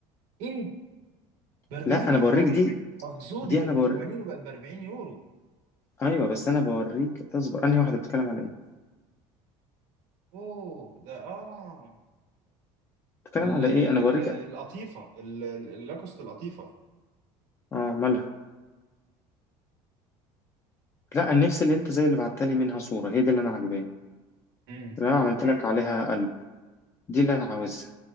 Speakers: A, on the right; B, on the left.
A: ايه ب 40
B: لا انا
A: يورو
B: بوريك دي
A: اه
B: دي
A: دي كانت
B: انا بوري
A: ب 80 وبقت ب 40 يورو
B: ايوه بس انا بوريك اصبر انهي واحده بتتكلم على ايه
A: اوه ده اه
B: بتتكلم
A: ال
B: على
A: ال
B: ايه انا
A: ال
B: بوريك
A: القطيفه ال- ال- اللاكوست القطيفه
B: اه مالها لا انا نفسي اللي انت زي اللي بعتلي منها صوره هي دي اللي انا عجباني
A: امم
B: اللي انا عملت لك عليها قلب دي اللي انا عاوزها